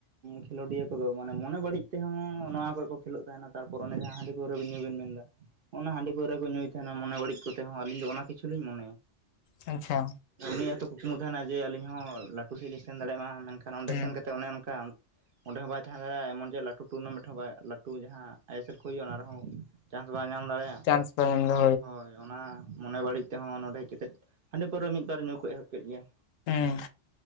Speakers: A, on the right (about 55°); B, on the left (about 85°).
A: ᱠᱷᱮᱞᱳᱰᱤᱭᱟᱹ ᱠᱚᱫᱚ ᱢᱚᱱᱮ ᱢᱚᱱᱮ ᱵᱟᱹᱲᱤᱡ ᱛᱮᱦᱚᱸ ᱱᱚᱣᱟ ᱠᱚᱠᱚ ᱠᱷᱮᱞᱳᱜ ᱛᱟᱦᱮᱱᱟ ᱛᱟᱨᱯᱚᱨ ᱚᱱᱮ ᱡᱟᱦᱟᱸ ᱦᱟᱺᱰᱤ ᱯᱟᱹᱣᱨᱟᱹ ᱧᱩ ᱵᱮᱱ ᱢᱮᱱ ᱫᱟ ᱚᱱᱟ ᱦᱟᱺᱰᱤ ᱯᱟᱹᱣᱨᱟᱹ ᱠᱚ ᱧᱩᱭ ᱛᱟᱦᱮᱱᱟ ᱢᱚᱱᱮ ᱵᱟᱹᱲᱤᱡ ᱠᱚᱛᱮ ᱦᱚᱸ ᱟᱞᱤᱧ ᱫᱚ ᱚᱱᱟ ᱠᱤᱪᱷᱩ ᱞᱤᱧ ᱢᱚᱱᱮᱭᱟ
B: ᱟᱪᱪᱷᱟ
A: ᱩᱱᱤᱭᱟᱜ ᱛᱚ ᱠᱩᱠᱢᱩ ᱛᱟᱦᱮᱱᱟ ᱡᱮ ᱟᱹᱞᱤᱧ ᱦᱚᱸ ᱞᱟᱹᱴᱩ ᱠᱷᱮᱞ ᱞᱤᱧ ᱥᱮᱱ ᱫᱟᱲᱮᱜᱼᱢᱟ ᱢᱮᱱᱠᱷᱟᱱ ᱚᱸᱰᱮ
B: ᱦᱩᱸ
A: ᱥᱮᱱ ᱠᱟᱛᱮ ᱚᱱᱮ ᱚᱱᱠᱟ ᱚᱸᱰᱮ ᱦᱚᱸ ᱵᱟᱭ ᱛᱟᱦᱮᱸ ᱫᱟᱲᱮᱭᱟᱜᱼᱟ ᱮᱢᱚᱱ ᱡᱮᱫ ᱞᱟᱹᱴᱩ ᱴᱩᱨᱱᱟᱢᱮᱱᱴ ᱦᱚᱸ ᱵᱟᱭ ᱞᱟᱹᱴᱩ ᱡᱟᱦᱟᱸ ᱟᱭᱮᱥᱮᱞ ᱠᱚ ᱦᱩᱭᱩᱜᱼᱟ ᱚᱱᱟ ᱨᱮᱦᱚᱸ ᱪᱟᱱᱥ ᱵᱟᱭ ᱧᱟᱢ ᱫᱟᱲᱮᱭᱟᱜ
B: ᱪᱟᱱᱥ ᱵᱟᱭ ᱮᱢᱫᱟ
A: ᱦᱳᱭ ᱚᱱᱟ ᱢᱚᱱᱮ ᱵᱟᱹᱲᱤᱡ ᱛᱮᱦᱚᱸ ᱱᱚᱸᱰᱮ ᱦᱮᱡ ᱠᱟᱛᱮᱫ ᱦᱟᱺᱰᱤ ᱯᱟᱹᱣᱨᱟᱹ ᱢᱤᱫ ᱵᱟᱨ ᱧᱩ ᱠᱚ ᱮᱦᱚᱵ ᱠᱮᱫ ᱜᱮᱭᱟ
B: ᱦᱮᱸ